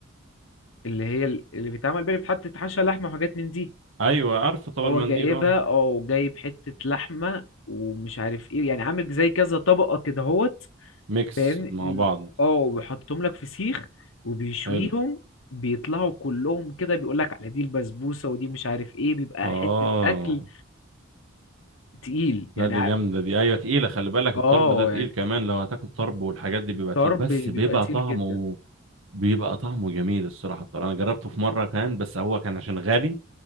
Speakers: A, on the left (about 80°); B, on the right (about 85°).
A: اللي هي ال- اللي بيتعمل بيها اللي بتحط تحشى لحمة وحاجات من دي
B: ايوه عارفه طبق
A: هو
B: المنديل
A: جايبها
B: اه
A: او جايب حتة لحمة ومش عارف ايه يعني عامل زي كذا طبقة كده اهوت
B: ميكس
A: فاهمني
B: مع
A: م-
B: بعض
A: اه وبيحطهم لك في سيخ وبيشويهم
B: حلو
A: بيطلعوا كلهم كده بيقول لك على دي البسبوسه ودي مش عارف ايه بيبقى
B: اه
A: حته اكل تقيل يعني
B: لا دي
A: ع-
B: جامده دي ايوه تقيله خلي بالك
A: اه
B: الطرب ده تقيل
A: يعني
B: كمان لو هتاكل طرب والحاجات دي بيبقى
A: الطرب
B: تقيل بس
A: بيبقى
B: بيبقى
A: تقيل
B: طعمه
A: جدا
B: بيبقى طعمه جميل الصراحه الطرب انا جربته في مره كان بس هو كان عشان غالي